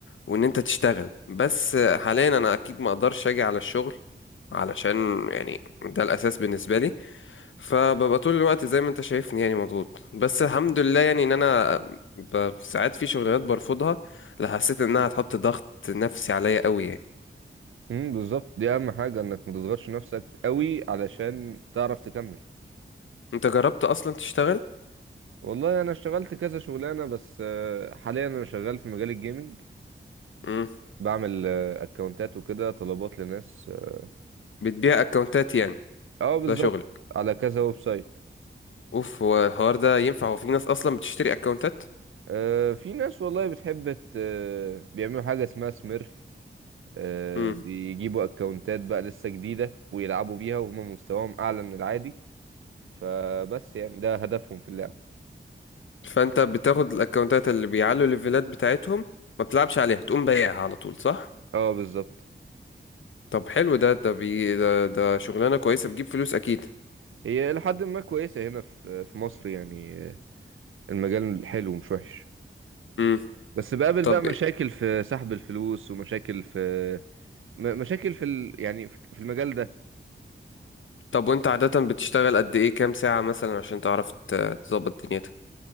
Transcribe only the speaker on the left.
وان انت تشتغل بس حاليا انا اكيد ما اقدرش اجي على الشغل علشان يعني ده الاساس بالنسبه لي فببقى طول الوقت زي ما انت شايفني يعني مضغوط بس الحمد لله يعني ان انا ب- ساعات في شغلانات برفضها لا حسيت انها هتحط ضغط نفسي عليا قوي يعني
انت جربت اصلا تشتغل
امم
بتبيع اكونتات يعني
ده شغل
اوف هو الحوار ده ينفع هو في ناس اصلا بتشتري اكونتات
امم
فانت بتاخد الاكونتات اللي بيعلوا الليفلات بتاعتهم ما بتلعبش عليها تقوم بايعها على طول صح
طب حلو ده ده بي ده, ده شغلانة كويسة بتجيب فلوس أكيد
امم
طب
طب وأنت عادة بتشتغل قد إيه كام ساعة مثلا عشان تعرف ت- تظبط دنيتك